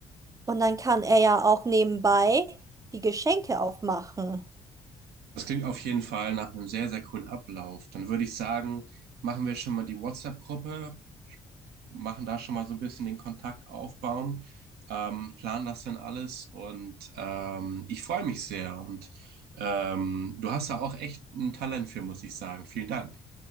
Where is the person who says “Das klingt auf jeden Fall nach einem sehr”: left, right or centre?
Right